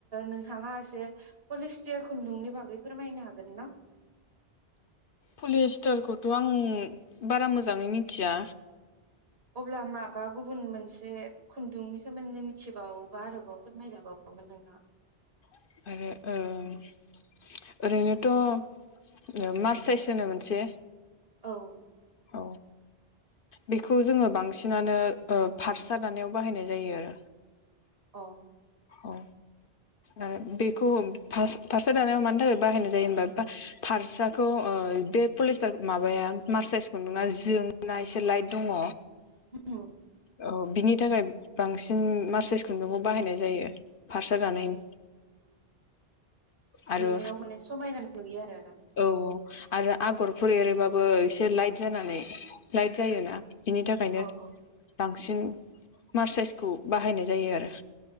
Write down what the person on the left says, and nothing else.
पलिस्टरखौथ' आं बारा मोजाङै मिथिया।
<unintelligible> ओरैनोथ' मार्च साइस होनो मोनसे
औ बेखौ जोङो बांसिनानो फारसा दानायाव बाहायनाय जायो आरो
औ आरो बेखौ फारसा दानायाव मानि थाखाय बाहायनाय जायो होनबा फारसाखौ ओ बे पलिस्टार माबाया मार साइसखौ नङा जोंङोना एसे लाइट दङ।
औ बिनि थाखाय बांसिन मारचस खुन्दुंखौ बाहायनाय जायो। फारसा दानायनि
<inaudible> आरो
औ आरो आगरफोर एरोबाबो एसे लाइट जानानै लाइट जायोना। बिनि थाखायनो
बां
बांसिन मार साइसखौ बाहायनाय जायो आरो।